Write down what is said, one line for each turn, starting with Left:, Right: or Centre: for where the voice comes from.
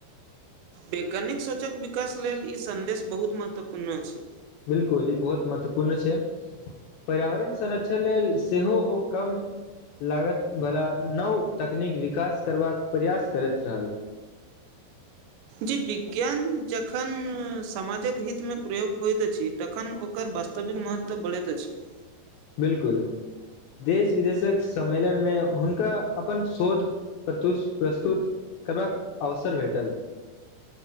Right: वैज्ञानिक सोचक विकास लेल ई सन्देश बहुत महत्वपूर्ण अछि
Left: बिलकुल ई बहुत महत्वपूर्ण छै पर्यावरण संरक्षण लेल सेहो ओ कम लागत वाला नव तकनीक विकास करबाक प्रयास करैत रहल
Right: जी विज्ञान जखन समाजक हितमे प्रयोग होइत अछि तखन ओकर वास्तविक महत्त्व बढ़ैत अछि। <inaudible>
Left: बिलकुल देश विदेशक सम्मेलनमे हुनका अपन शोध प्रस्तुत करबाक अवसर भेटल।